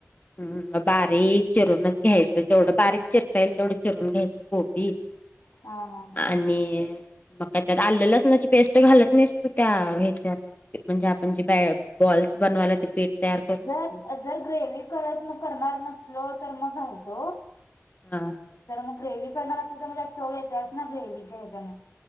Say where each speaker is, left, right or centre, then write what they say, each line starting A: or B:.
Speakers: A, on the left; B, on the left.
A: हम्म म, बारीक चिरूनच घ्यायचं जेवढं बारीक चिरता येईल तेवढं चिरून घ्यायचं. कोबी,
B: हा हा.
A: आणि मग काय त्यात आलं लसणाची पेस्ट घालत निस्त त्या ह्याच्यात म्हणजे आपण जे बॅ बॉल्स बनवायला ते पीठ तयार करतोय
B: तर
A: ते
B: जर ग्रेव्ही करत करणार नसलो तर मग घालतो.
A: हा.
B: तर मग ग्रेव्ही करणार असलं तर मं त्यात चव येत्याच ना ग्रेवहीच्या ह्याच्यानं.